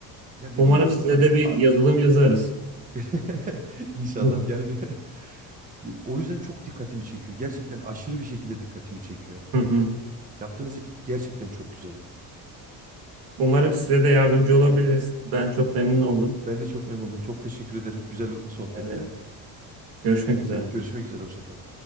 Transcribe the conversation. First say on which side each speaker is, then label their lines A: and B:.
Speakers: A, on the right; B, on the right.
A: Ya dediğim
B: Umarım
A: gibi
B: size
A: bu aslında
B: de bir yazılım yazarız.
A: <laughs> inşallah
B: <laughs>
A: yani de- <laughs> o yüzden çok dikkatimi çekiyor. Gerçekten aşırı bir şekilde dikkatimi çekiyor.
B: Hı hı.
A: Yaptığınız iş gerçekten çok güzel.
B: Umarım size de yardımcı olabiliriz. Ben çok memnun oldum.
A: Ben de çok memnun oldum. Çok teşekkür ederim. Güzel bir sohbette.
B: Evet. Görüşmek üzere.
A: Görüşmek üzere. Hoşça kalın.